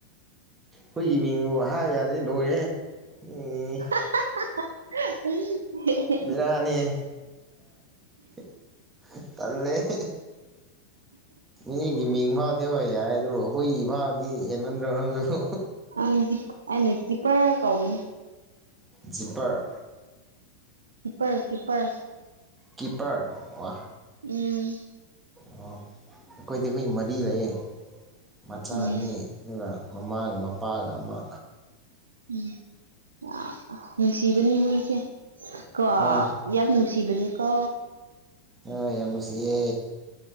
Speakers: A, on the right (about 15°); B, on the right (about 70°).
A: ꯍꯨꯏ ꯃꯤꯡꯕꯨ ꯍꯥꯏ ꯌꯥꯗ꯭ꯔꯗꯤ ꯂꯣꯏꯔꯦꯍꯦ ꯎꯝ
B: <inaudible>
A: ꯕꯦꯔꯥꯅꯤꯍꯦ <unintelligible> ꯇꯥꯜꯂꯦ <unintelligible> ꯃꯤꯒꯤ ꯃꯤꯡ ꯐꯥꯎꯗꯤ ꯍꯣꯏ ꯌꯥꯏ ꯑꯗꯨꯕꯨ ꯍꯨꯏ ꯐꯥꯎꯗꯤ ꯍꯦꯟꯃꯟꯗ꯭ꯔꫭ ꯅꯪꯁꯨ
B: ꯑꯩꯗꯤ ꯑꯩꯅ ꯀꯤꯄꯔ ꯀꯧꯕꯅꯤ
A: ꯖꯤꯄꯔ
B: ꯀꯤꯞꯄꯔ ꯀꯤꯞꯄꯔ
A: ꯀꯤꯄꯔ ꯋꯥ
B: ꯎꯝ
A: ꯑꯣ ꯑꯩꯈꯣꯏꯗꯤ ꯍꯨꯏ ꯃꯔꯤ ꯂꯩꯌꯦ ꯃꯆꯥ
B: ꯎꯝ
A: ꯑꯅꯤ ꯑꯗꯨꯒ ꯃꯃꯥꯒ ꯃꯄꯥꯒ ꯑꯃ
B: ꯎꯝ ꯌꯥꯝ ꯅꯨꯡꯁꯤꯕꯅꯤ ꯍꯨꯏꯁꯦ ꯀꯣ
A: ꯍꯣꯏ
B: ꯌꯥꯝ ꯅꯨꯡꯁꯤꯕꯅꯤꯀꯣ
A: ꯑꯥ ꯌꯥꯝ ꯅꯨꯡꯁꯤꯌꯦ <unintelligible>